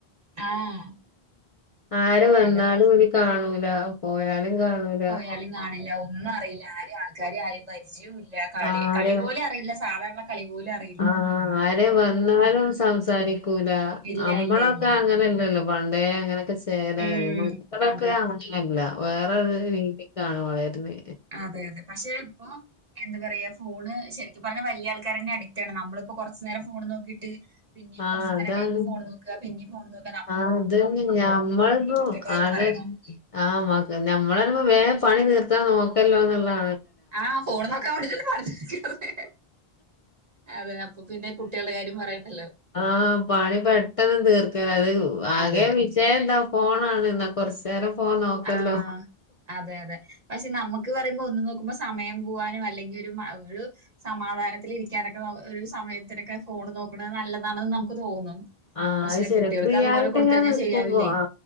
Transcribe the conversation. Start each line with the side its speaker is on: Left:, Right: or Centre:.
Right: ആഹ്
Left: ആര് വന്നാലോല്
Right: അതന്നെ
Left: കാണൂല പോയാലും കാണൂല
Right: പോയാലും കാണില്ല ഒന്നും അറില്ല ആരും ആൾക്കാരെ ആരിം പരിചയോല്ല കളി
Left: ആര്
Right: കളി പോലും അറീല്ല സാധാരണ കളിപോലും അ
Left: ആഹ് ആര് വന്നാലും സംസാരിക്കൂല
Right: ഇല്ല
Left: അമ്മളൊക്കെ
Right: ഇല്ല ഇല്ല
Left: അങ്ങനെല്ലല്ലോ പണ്ടേ അങ്ങനൊക്കെ ചേലായി
Right: ഉം
Left: മക്കളൊക്കെ
Right: അതെ
Left: അങ്ങനല്ല വേറൊരു രീതി ക്കാണ് വളരുന്നേ
Right: അതെയതെ പക്ഷെ ഇപ്പൊ എന്ത പറയാ ഫോണ് ശരിക്കും പറഞ്ഞ വല്യആൾക്കാരെന്നെ അടിറ്റാണ് നമ്മളിപ്പൊ കൊറച്ച്നേരം ഫോണ്നോക്കിട്ട് പിന്നീം
Left: ആഹ്
Right: കുറച്ച്നേരം
Left: അതാണ്
Right: കഴിയുമ്പൊ ഫോൺ നോക്കാ പിന്നീം നോക്ക
Left: ആഹ് അതന്നെ ഞമ്മളിപ്പൊ
Right: കുട്ടികളുടെ കാര്യം
Left: ആലോചി
Right: പറയണോ
Left: ആഹ് മക്ക് ഞമ്മള് പറയുമ്പോ വേം പണി തീർത്താൽ നോക്കല്ലോന്നാണ്
Right: ആഹ് ഫോണ് നോക്കാവേണ്ടിട്ടാ പണി തീർക്കുന്നത് അതെ അപ്പൊ പിന്നെ കുട്ടികളുടെ കാര്യം പറയണ്ടല്ലോ
Left: ആഹ പണി പെട്ടെന്ന് തീർക്കല്ല അത് ആകെ
Right: അതെ
Left: ക്ഷേ എന്താ പോണാണ് എന്നാ കൊറച്ചു നേരം ഫോൺ നോക്കല്ലോ
Right: ആഹ് അതെ അതെ പക്ഷെ നമ്മുക്ക് പറയുമ്പോ ഒന്ന് നോക്കുമ്പോ സമയം പോവാനും അല്ലെങ്കിൽ ഒരു ഒരു സമാധാനത്തി ഇരിക്കാനൊക്കെ ഒരു സമയത്തിനൊക്കെ ഫോണ് നോക്കണ നല്ലതാണെന്ന് നമുക്ക് തോന്നും
Left: ആഹ്
Right: പക്ഷെ
Left: അത് ശരി
Right: കുട്ടികൾക്ക്
Left: പ്രിയായിട്ടെങ്ങാൻ
Right: അതുപോലെ കൊടുത്ത് കഴിഞ്ഞാൽ
Left: നിക്കുമ്പോ
Right: ശരിയാവില്ലേ
Left: ആ